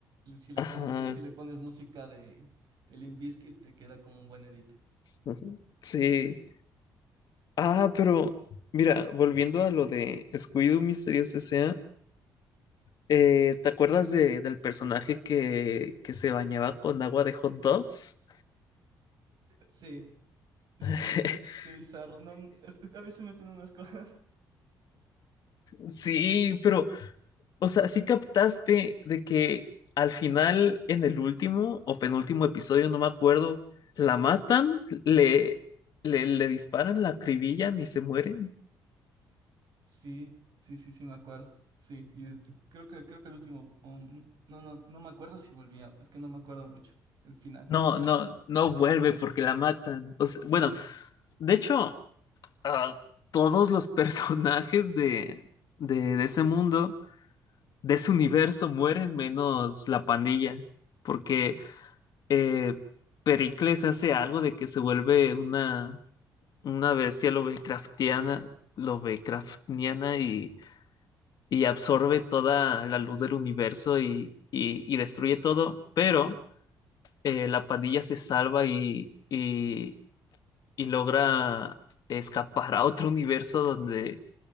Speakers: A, on the right (about 60°); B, on the left (about 55°).
A: Si le
B: Ajá,
A: pones, un- si le pones música de, de Limp Bizkit, te queda como un buen edit.
B: ujú, sí. Ah, pero mira, volviendo a lo de Scooby-Doo Misterios S.A., eh, ¿te acuerdas de- del personaje que, que se bañaba con agua de hot dogs?
A: Sí. Sí,
B: <laughs>
A: sí, qué bizarro. No, es que a veces meten unas cosas. <laughs>
B: Sí, pero O sea, sí captaste de que al final, en el último o penúltimo episodio, no me acuerdo, la matan, le, le, le disparan, la acribillan y se mueren.
A: Sí, sí, sí, sí, me acuerdo. Sí, y de- y creo que creo que el último, um, no, no, no me acuerdo si volvía, es que no me acuerdo mucho el final,
B: No, no, no vuelve porque la matan. O sea, bueno,
A: sí,
B: de hecho, ah, todos los <laughs> personajes de, de, de ese mundo, de ese universo, mueren menos la pandilla, porque eh, Pericles hace algo de que se vuelve una una bestia Lovecraftiana, Lovecraftiana y, y absorbe toda la luz del universo y, y- y destruye todo, pero eh, la pandilla se salva y, y- y logra escapar a otro universo donde,